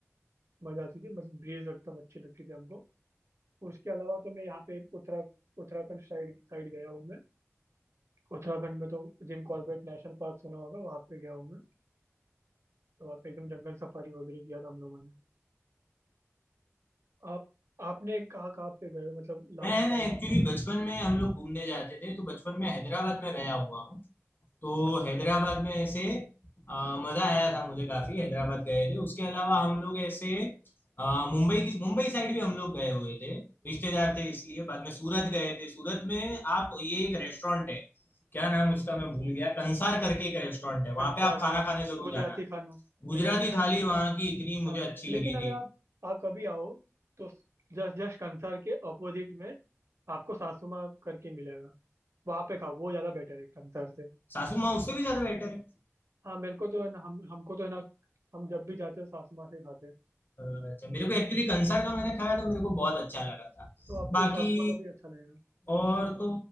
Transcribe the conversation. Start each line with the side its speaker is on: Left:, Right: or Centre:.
Right: मजा आती थी मतलब ब्रीज एकदम अच्छी लगती थी हमको उसके अलावा तो मैं यहाँ पे उत्तरा उत्तराखंड साइड साइड गया हूँ मैं उत्तराखंड में तो जिम कॉर्बेट नेशनल पार्क सुना होगा वहाँ पे गया हूँ मैं तो वहाँ पे एकदम जंगल सफारी वगैरह किया था हम लोगों ने आप आपने कहाँ कहाँ पे गए हो मतलब लास्ट
Left: मैं ना
Right: टाइम
Left: एक्चुअली
Right: आपका कोई
Left: बचपन में हम लोग घूमने जाते थे तो बचपन में हैदराबाद में गया हुआ हूँ तो
Right: अच्छा
Left: हैदराबाद में ऐसे अ, मजा आया था मुझे काफी हैदराबाद गए थे उसके अलावा हम लोग ऐसे अ, मुंबई की मुंबई साइड भी हम लोग गए हुए थे रिश्तेदार थे इसलिए बाद में सूरत
Right: हम्म,
Left: गए थे सूरत में आप ये एक रेस्टोरेंट है क्या नाम उसका मैं भूल गया कंसार करके एक रेस्टोरेंट है वहां
Right: कंसार
Left: पे आप खाना
Right: हाँ
Left: खाने जरूर
Right: गुजराती
Left: जाना
Right: खाना गुजराती
Left: गुजराती
Right: खाना
Left: थाली
Right: मिलता
Left: वहां
Right: है
Left: की इतनी मुझे
Right: हाँ
Left: अच्छी
Right: लेकिन
Left: लगी
Right: अगर
Left: थी
Right: आप आप कभी आओ तो जस्ट जस्ट कंसार के अपोजिट में आपको सासुमा करके मिलेगा वहाँ पे खाओ वो ज़्यादा बेटर है कंसार से
Left: सासू माँ उससे भी ज्यादा बेटर है
Right: हाँ मेरे को तो है ना हम हमको तो है ना हम जब भी जाते हैं सासू माँ से ही खाते हैं
Left: अच्छा मेरे को एक्चुअली कंसर का मैंने खाया तो मेरे को बहुत अच्छा लगा था
Right: तो आपको
Left: बाकी
Right: सासू माँ का भी अच्छा लगेगा
Left: और तो